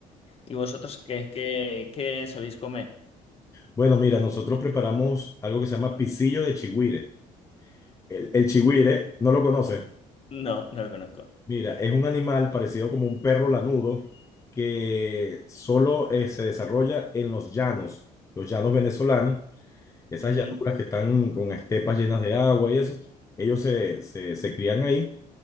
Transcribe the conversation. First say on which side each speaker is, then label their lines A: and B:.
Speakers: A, on the left; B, on the left.
A: ¿Y vosotros qué, qué, qué soléis comer?
B: Bueno, mira, nosotros preparamos algo que se llama pisillo de chigüire. El, el chigüire, ¿no lo conoces?
A: No, no lo conozco.
B: Mira, es un animal parecido como un perro lanudo que solo eh, se desarrolla en los llanos, los llanos venezolanos, esas
A: Ujú.
B: llanuras que están con estepas llenas de agua y eso, ellos se, se- se crían ahí